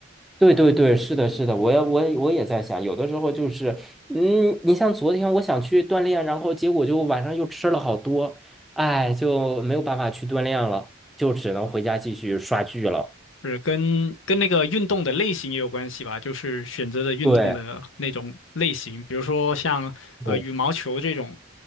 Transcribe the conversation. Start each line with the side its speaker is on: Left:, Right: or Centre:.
Centre: 对对对，是的，是的，我也我也我也在想，有的时候就是，嗯，你像昨天我想去锻炼，然后结果就晚上又吃了好多，哎，就没有办法去锻炼了，就只能回家继续刷剧了。
Left: 是跟跟那个运动的类型也有关系吧，就是选择的运动的那种类型，
Centre: 对，
Left: 比如说像呃羽毛球这种，
Centre: 对，